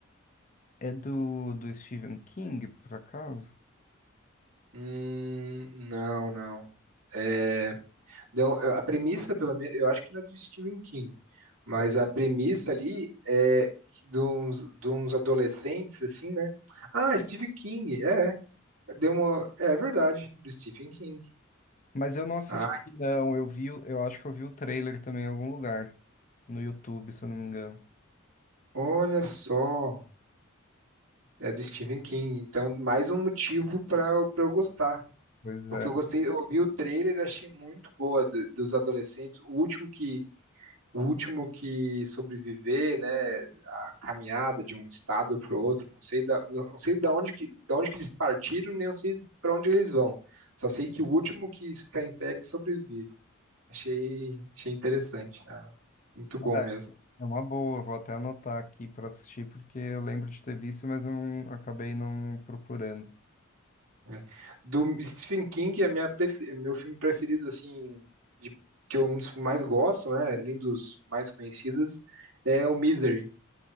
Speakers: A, on the left; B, on the right.
A: é do, do Stephen King, por acaso?
B: Hum, não, não. É, Então, eu- a premissa, pelo menos, eu acho que não é do Stephen King, mas
A: É.
B: a premissa ali é que de uns, de uns adolescentes, assim, né? Ah, Stephen King, é, deu uma, é é verdade, do Stephen King.
A: Mas eu não assisti,
B: Ah,
A: não. Eu vi, o- eu acho que eu vi o trailer também em algum lugar. No YouTube, se eu não me engano.
B: olha só, é do Stephen King, então mais um motivo para eu pra eu gostar.
A: Pois
B: Porque
A: é.
B: eu gostei, eu vi o trailer, e achei muito boa do- dos adolescentes. O último que o último que sobreviver, né, a caminhada de um estado para o outro, não sei da, não sei da onde que, da onde que eles partiram, nem eu sei para onde eles vão. Só sei que o último que ficar em pé é que sobrevive. Achei, achei interessante. ah, muito bom
A: Ah,
B: mesmo.
A: É uma boa, vou até anotar aqui para assistir, porque eu lembro de ter visto, mas eu não, acabei não procurando.
B: né. Do Stephen King é minha prefe- meu filme preferido assim, de, que eu um dos que mais gosto, né, além dos mais conhecidos, é o Misery,